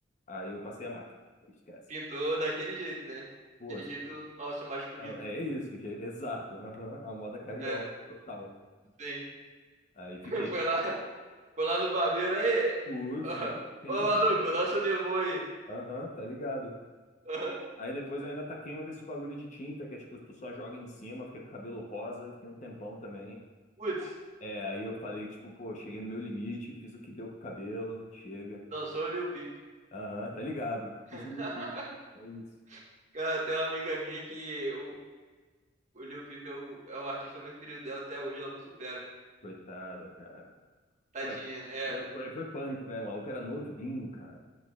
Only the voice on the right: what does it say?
pintou daquele jeito, né?
Aquele jeito nosso masculino.
É,
sim.
<laughs>
Foi lá, foi lá no barbeiro aí.
Ó,
Ô,
maluco,
lança o Nevô aí.
Aham.
Putz,
lançou o Lil Peep.
<laughs>
Cara, tem uma amiga minha que o, o Lil Peep é o, é o artista preferido dela até hoje, ela não supera.
Tadinha,
é.